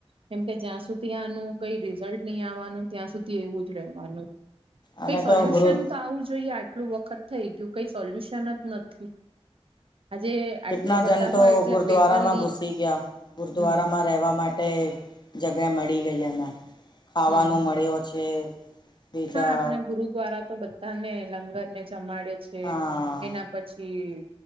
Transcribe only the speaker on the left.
અને
તો ગુરુ
કેટલા
જન તો
ગુરદ્વારામાં
ઘુસી ગયા ગુરદ્વારામાં
રહેવા માટ ટે જગ્યા મળી ગઈ એમ ખાવાનું
મળ્યો છે. બીજા
હા